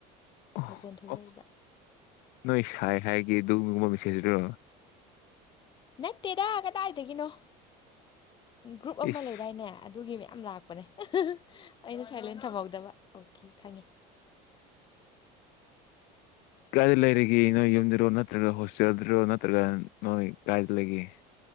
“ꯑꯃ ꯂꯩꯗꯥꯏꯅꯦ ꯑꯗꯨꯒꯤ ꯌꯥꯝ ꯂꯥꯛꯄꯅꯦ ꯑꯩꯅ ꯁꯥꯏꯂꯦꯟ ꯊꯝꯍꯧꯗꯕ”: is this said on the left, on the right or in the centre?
Left